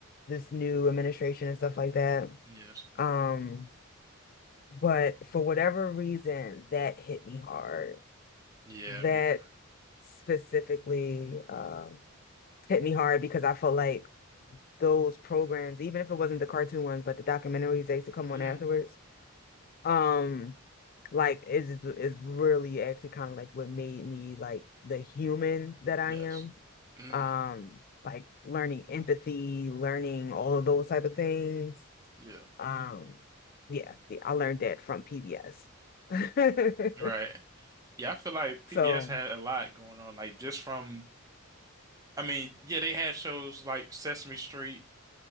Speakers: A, on the left; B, on the right.
A: this new administration and stuff like that
B: Yes.
A: um but for whatever reason that hit me hard
B: Yeah,
A: that
B: me too.
A: specifically um hit me hard because I felt like those programs even if it wasn't the cartoon ones but the documentaries that used to come
B: mm
A: on afterwards um like is is is really actually kind of like what made me like the human that I
B: Yes.
A: am.
B: mm
A: Um, like learning empathy, learning all of those type of things.
B: Yeah.
A: Um, yeah, yeah, I learned that from PBS. <laughs>
B: Right. Yeah, I feel like PBS
A: So,
B: had a lot going on. Like just from, I mean, yeah, they had shows like Sesame Street